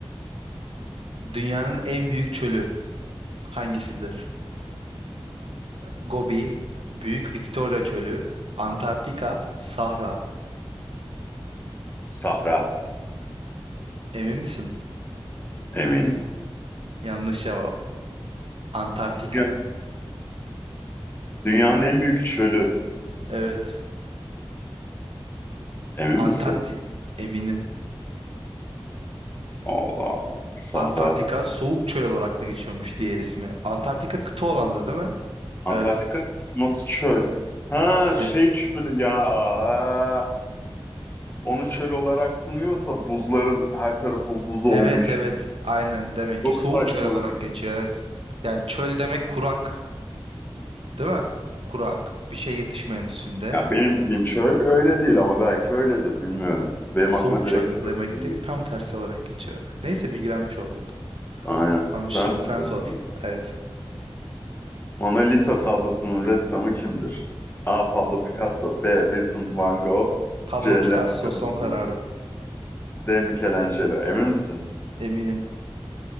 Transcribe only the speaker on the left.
Sahra
eminim.
Ya, Dünyanın en büyük çölü.
Emin misin?
Allah Allah. Sahra
değil.
Antarktika
nasıl çöl? Ha şey
çölü ya. Aa, onu çöl olarak sunuyorsa buzların her tarafı buz olmuş.
Çok
saçma.
Ya benim bildiğim çöl öyle değil ama belki öyledir bilmiyorum. Benim
aklıma direkt
çöl
geliyor.
Aynen.
Ben söyleyeyim.
Mona Lisa tablosunun ressamı kimdir? A. Pablo Picasso B. Vincent van Gogh
C. Leonardo
da Vinci
D. Michelangelo Emin misin?